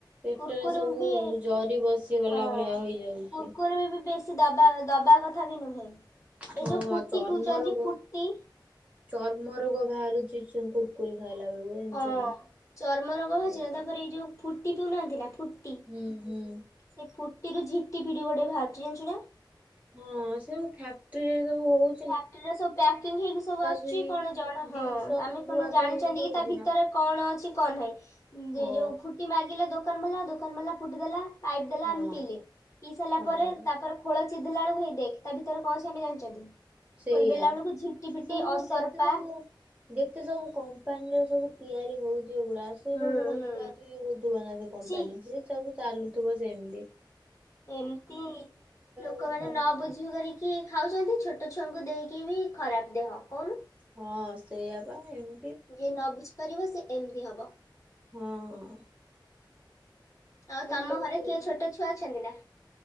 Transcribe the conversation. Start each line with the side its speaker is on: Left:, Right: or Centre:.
Right: ପେଟରେ
Left: କୁୁରକୁରି
Right: ସବୁ
Left: ରୁ ବି
Right: ଜରି ବସିଗଲା
Left: ହଁ
Right: ଭଳିଆ ହେଇଯାଉଛି।
Left: କୁୁରକୁରି ବି ବେଶୀ କି ଦବା ଦବା କଥା ବି ନୁହେଁ।
Right: ହଁ
Left: ଏଇ ଯୋଉ
Right: ହଁ
Left: ଫୁଟି
Right: ଚର୍ମ
Left: ପିଉଛନ୍ତି
Right: ରୋଗ,
Left: ଫୁଟି
Right: ଚର୍ମ ରୋଗ ବାହାରୁଚି କୁର୍ କୁରି ଖାଇଲା ବେଳକୁ। ଜାଣିଛୁ
Left: ହଁ
Right: ନା।
Left: ଚର୍ମ ରୋଗ ବାହାରୁଚି।
Right: ଏଇ ସବୁ
Left: ତାପରେ ଏଇ ଯୋଉ ଫୁଟି ପିଉନାହାନ୍ତି ନା ଫୁଟି
Right: ହୁଁ ହୁଁ
Left: ସେ ଫୁଟିରୁୁ ଝିଟିପିଟି ଗୋଟେ ବାହାରୁଚି ଜାଣିଛୁ ନା।
Right: ହଁ ସେ ସବୁ ଫ୍ୟାକ୍ଟ୍ରି ରେ ସବୁ ହଉ
Left: ପ୍ୟାକେଟ୍ ରେ ସବୁ ପ୍ୟାକିଙ୍ଗ ହେଇକି ସବୁ ଆସୁଚି
Right: ଧୁଇ
Left: କଣ ଜଣ ହଁ
Right: ଜିନିଷ
Left: ଆମେ
Right: ଧୁଆ
Left: କଣ ଜାଣିଛନ୍ତି
Right: ଧୁଇ ହେଇକି
Left: କି
Right: ହଉଛି
Left: ତା ଭିତର
Right: ନା।
Left: କଣ ଅଛି କଣ ନାହିଁ। ଯେ
Right: ହଁ
Left: ଯୋଉ ଫୁଟି ମାଗିଲେ ଦୋକାନ ବାଲା ଦୋକାନ ବାଲା ଫୁଟି ଦେଲା ପାଇପ୍ ଦେଲା
Right: ହଁ
Left: ଆମେ ପିଇଲେ। ପିଇ ସାଇଲା
Right: ହଁ
Left: ପରେ ତାପରେ ଖୋଳ ଚିରିଦେଲା ବେଳକୁ ହେଇ ଦେଖ୍, ତା ଭିତରେ କଣ ଅଛି ଆମେ ଜାଣିଛନ୍ତି।
Right: ସେଇୟା।
Left: ଖୋଲିଦେଲା ବେଳକୁ ଝିଟି
Right: ସେ
Left: ପିଟି
Right: ସବୁ
Left: ଅସରପା
Right: ଯେତେ ସବୁ ଯେତେ ସବୁ କମ୍ପାନୀର ସବୁ ତିଆରି ହଉଚି ଏଗୁଡା ସେ
Left: ହୁଁ
Right: ସବୁ କଣ
Left: ହୁଁ
Right: ଧୁଆ ଧୁଇ ହଉଥିବ ନା ସେ କମ୍ପାନୀ,
Left: ଛି
Right: ସେ ସବୁ ଚାଲୁଥିବ ସେମତି।
Left: ଏମତି ଲୋକମାନେ
Right: ଦରକାର
Left: ନ
Right: ନା।
Left: ବୁଝି କରିକି କି ଖାଉଛନ୍ତି। ଛୋଟ ଛୁଆଙ୍କୁ ଦେଇକି ବି ଖରାପ ଦେହ କହୁନୁ।
Right: ହଁ ସେଇଆ ପା। ହେମ୍
Left: ଯିଏ ନ ବୁଝିପାରିବ ସେ ଏମତି ହବ।
Right: ହଁ।
Left: ଆଉ ତମ
Right: ତୋର
Left: ଘରେ
Right: ସବୁ
Left: କିଏ ଛୋଟ ଛୁଆ ଅଛନ୍ତି ନା?